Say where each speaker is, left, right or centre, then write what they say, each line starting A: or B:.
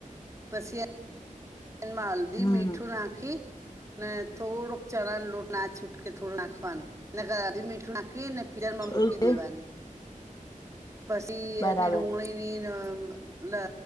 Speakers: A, on the right (about 20°); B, on the left (about 25°).
A: પસી મા હલ્દી
B: હમ્મ
A: મીઠું નાખી ને થોડુંક ચણા ન લોટ ના છૂટકે થોડો નાખવાનો નકર હરી મીરચ નખીને પિલરમાં મૂકી
B: ઓકે
A: દેવાની પસી
B: બરાબર
A: એને ડુંગળીની અ અ